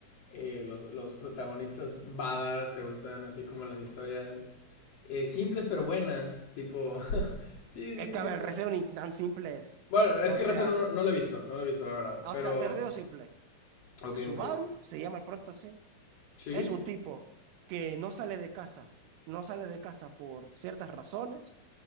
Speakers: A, on the left (about 45°); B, on the right (about 90°).
A: eh, lo- los protagonistas badas, te gustan así como las historias eh, simples pero buenas, tipo, <laughs> sí,
B: Es
A: sí,
B: que,
A: tipo...
B: a ver, Re:Zero ni tan simple es.
A: Bueno, es
B: O
A: que
B: sea,
A: Recero no, no lo he visto, no lo he visto, la verdad,
B: o
A: pero...
B: sea, te lo digo simple.
A: Ok,
B: Subaru
A: ok.
B: se llama el prota, sí.
A: Sí,
B: Es un tipo que no sale de casa, no sale de casa por ciertas razones.